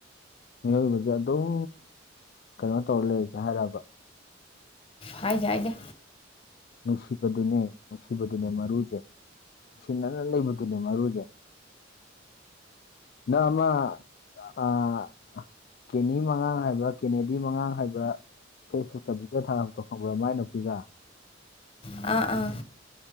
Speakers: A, on the left; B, on the left.
A: ꯃꯤꯑꯣꯏꯕꯁꯦ ꯑꯗꯨꯝ ꯀꯩꯅꯣ ꯇꯧꯔ ꯂꯩꯔꯁꯦ ꯍꯥꯏ ꯥꯔ ꯕ
B: ꯍꯥꯏꯗꯦ ꯍꯥꯏꯗꯦ
A: ꯅꯨꯡꯁꯤꯕꯗꯨꯅꯦ ꯅꯨꯡꯁꯤꯕꯗꯨꯅꯦ ꯃꯔꯨꯖꯦ ꯅꯨꯡꯁꯤꯅꯅ ꯂꯩꯕꯗꯨꯅꯦ ꯃꯔꯨꯖꯦ ꯅꯪ ‌ꯑꯃ ꯑꯥ ꯀꯦꯅꯤ ꯃꯉꯥꯡ ꯍꯥꯏꯕ ꯀꯦꯅꯦꯗꯤ ꯃꯉꯥꯡ ꯍꯥꯏꯕ ꯐꯦꯁꯕꯨꯛꯇ ꯚꯤꯗꯤꯑꯣ ꯊꯥꯒꯠꯄꯗꯣ ꯈꯪꯕ꯭ꯔꯥ ꯃꯥꯏ ꯅꯨꯄꯤꯒ
B: ꯑꯥ ꯑꯥ